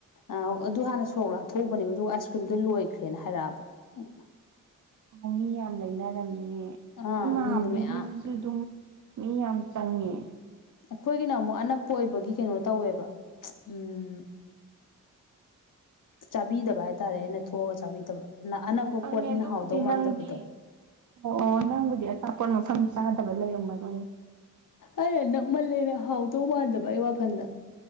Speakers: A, on the left; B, on the right.
A: ꯑ ꯑꯗꯨ ꯍꯥꯟꯅ ꯁꯣꯔꯣꯛꯂ ꯊꯣꯛꯎꯕꯅꯦꯕ ꯑꯗꯨꯒ ꯑꯥꯏꯁ ꯀ꯭ꯔꯤꯝꯗꯣ ꯂꯣꯏ ꯑꯣꯏꯈ꯭ꯔꯦꯅ ꯍꯥꯏꯔꯛꯑꯕ ꯎ
B: ꯑꯣ ꯃꯤ ꯌꯥꯝ ꯂꯩꯅꯔꯝꯃꯤꯑ
A: ꯑꯥ
B: ꯑꯩ
A: ꯃꯤꯗꯣ
B: ꯃꯍꯥꯕ꯭ꯂꯤꯒꯤꯁꯤꯁꯨ
A: ꯃꯌꯥꯝ
B: ꯑꯗꯨꯝ ꯃꯤ ꯌꯥꯝ ꯆꯪꯉꯦ
A: ꯑꯩꯈꯣꯏꯒꯤꯅ ꯑꯃꯨꯛ ꯑꯅꯛꯄ ꯑꯣꯏꯕꯒꯤ ꯀꯩꯅꯣ ꯇꯧꯋꯦꯕ ꯎꯝ ꯆꯥꯕꯤꯗꯕ ꯍꯥꯏꯇꯥꯔꯦ ꯑꯩꯅ ꯊꯣꯛꯑꯒ ꯆꯥꯕꯤꯗꯕ ꯑꯅꯛꯄ
B: ꯈꯪꯉꯦ
A: ꯄꯣꯠꯅꯤꯅ
B: ꯑꯗꯨꯕꯨꯗꯤ
A: ꯍꯥꯎꯗꯧ ꯃꯥꯟꯗꯕꯗꯣ
B: ꯅꯪꯗꯤ ꯑꯣ ꯅꯪꯕꯨꯗꯤ ꯑꯆꯥꯄꯣꯠ ꯃꯐꯝꯁꯦ ꯆꯥꯗꯕ ꯂꯩꯔꯝꯃꯗꯣꯏꯅꯤ
A: ꯑꯩꯅ ꯅꯛꯃꯜꯂꯦꯅ ꯍꯥꯎꯗꯧ ꯃꯥꯟꯗꯕ ꯑꯩ ꯋꯥꯈꯜꯗ